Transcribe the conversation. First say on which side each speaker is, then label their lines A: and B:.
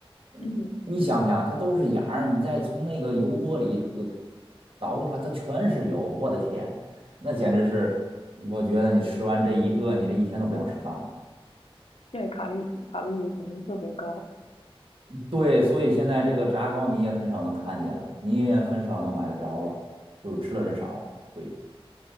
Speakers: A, on the right (about 65°); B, on the left (about 75°).
A: 嗯你想想，
B: 嗯，
A: 它都是眼儿，你再从那个油锅里呃捞出来，它全是油，我的天，那简直是，我觉得你吃完这一个，你这一天都不想吃饭了。
B: 对，卡路卡路里肯定特别高。
A: 对，所以现在这个炸糕你也很少能看见了，你也很少能买得着了，就是吃的人少。对。